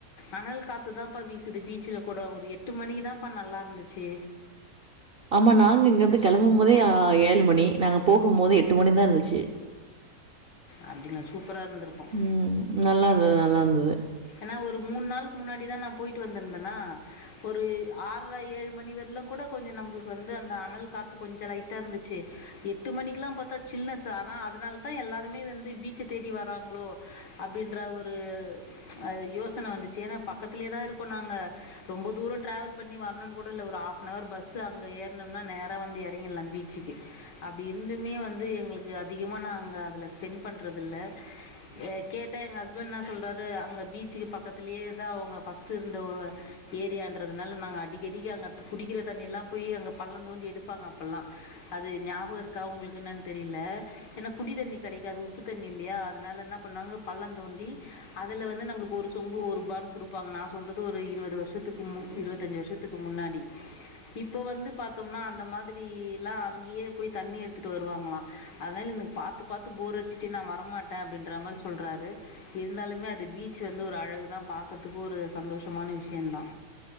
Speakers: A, on the left; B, on the right.
A: அனல் காத்துதாப்பா வீசுது பீச்சுல கூடோ ஒரு எட்டு மணிக்குதாப்பா நல்லா இருந்துச்சு
B: ஆமா நாங்க இங்கிருந்து கெளம்பம் போதே ஆ ஏழு மணி நாங்க போகும் போது எட்டு மணிதா இருந்துச்சு
A: அப்படிங்களா சூப்பராக இருந்திருக்கும்
B: உம் நல்லா இன்தது நல்லா இன்தது
A: என்னா ஒரு மூன் நாளுக்கு முன்னாடிதா நா போயிட்டு வந்திந்தன்னா ஒரு ஆற்றே ஏழு மணி வெர்லோ கூட கொஞ்சோ நம்புளுக்கு வந்து அந்த அனல் காத்து கொஞ்சோ லைட்டா இருந்துச்சு எட்டு மணிக்லா பாத்தா சில்னஸ் ஆனா அதுனாலதா எல்லாருமே வந்து பீச்ச தேடி வராங்ளோ அப்டின்ற ஒரு அது யோசன வந்துச்சு ஏன்னா பக்கத்திலயேதா இருக்கோ நாங்க ரொம்ப தூரோ டிராவல் பண்ணி வர்ணுன்னு கூட இல்ல ஒரு ஹாஃப் ஆன் ஹவர் பஸ்சு அங்க ஏற்னும்னா நேரா வந்து இறங்கில்லா பீச்சுக்கு அப்படி இருந்துமே வந்து எங்குளுக்கு அதிகமா நாங்க அதுல ஸ்பெண் பண்றது இல்ல ஏ கேட்டா எங்க ஹஸ்பன் என்னா சொல்றார் ரு அங்க பீச்சுக்கு பக்கத்திலேயேதா அவுங்க ஃபர்ஸ்ட்டு இருந்த ஊ ஏரியான்றதுனால நாங்க அடிக்கடிக்க அங்க துப் குடிக்கிற தண்ணிலா போய் அங்க பள்ளந் தோண்டி எடுப்பாங்க அப்பல்லா அது ஞாபக இருக்கா வுங்குளுக்கு என்னான்னு தெரியில்ல ஏன்னா குடி தண்ணி கெடைக்காது உப்பு தண்ணி இல்லியா அதனால என்னா பண்ணுவாங்க பள்ளந் தோண்டி அதுல வந்து நம்புளுக்கு ஒரு சொம்பு ஒரு பான் கொடுப்பாங்க நா சொல்றது ஒரு இருவது வருஷத்துக்கு மு இருவத்தஞ்சு வருஷத்துக்கு முன்னாடி இப்போ வந்து பாத்தோம்னா அந்த மாதிரி எல்லா அங்கேயே போய் தண்ணி எடுத்துட்டு வருவாங்களா அதல்லா என்னக்கு பாத்து பாத்து போர் அடிச்சிச்சு நா வரமாட்டே அப்டின்ற மாரி சொல்றாரு இருந்தாலு மே அது பீச் வந்து ஒரு அழகுதா பாக்கற்துக்கு ஒரு சந்தோஷமான விஷயன்தா